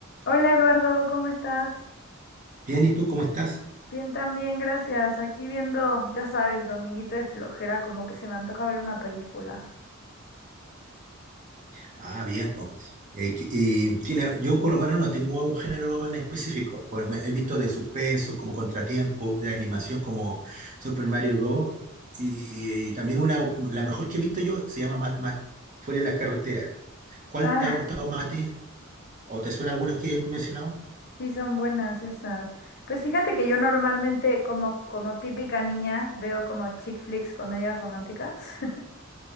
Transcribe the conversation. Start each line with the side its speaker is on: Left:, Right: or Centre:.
Left: Hola Eduardo, ¿cómo estás?
Right: Bien, ¿y tú cómo estás?
Left: Bien, también, gracias. Aquí viendo, ya sabes, Dominguito de flojera, como que se me antoja ver una película.
Right: Ah, bien, pues. Eh, que- y tiene, yo por lo menos no tengo un género en específico. Pues me- he visto de suspenso, como Contratiempo, de animación como Super Mario Bros. Y, y también una, la mejor que he visto yo se llama Mad Max, Fuera de las carreteras. ¿Cuál
Left: Ah,
Right: te ha gustado más a ti? ¿O te suena alguna que no he mencionado?
Left: sí, son buenas esas. Pues fíjate que yo normalmente, como, como típica niña, veo como chick flicks, comedias románticas, <laughs>